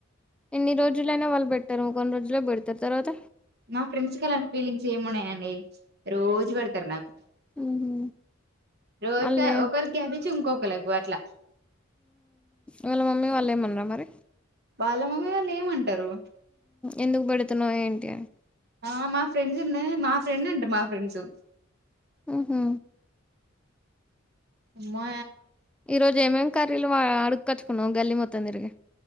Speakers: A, in the centre; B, on the right.
A: ఎన్ని రోజులైనా వాళ్ళు పెట్టారు కొన్ని రోజుల్లో పెడతారు తర్వాత
B: మా ఫ్రెండ్స్ కలాన్న ఫీలింగ్స్ ఏమున్నాయండి రోజు పెడతారు నాకు
A: ఉహు
B: రోజ
A: అల్లే
B: క ఒక క చుకో కు అట్లా
A: వాళ్ళ మమ్మీ వాళ్ళే మ అ మరి
B: బాలమమ్మ వాళ్ళు ఏమంటారు
A: ఎందుకు పెడుతున్నా ఏంటి అని
B: ఆ మా ఫ్రెండ్స్ ఉన్నా మా ఫ్రెండ్ అంట మా ఫ్రెండ్స్
A: ఉహు
B: అమ్మో
A: ఈ రోజు ఏమేమి కర్రీలు అడుక్చ్చుకున్నా్ గల్లి మొత్తందీరికి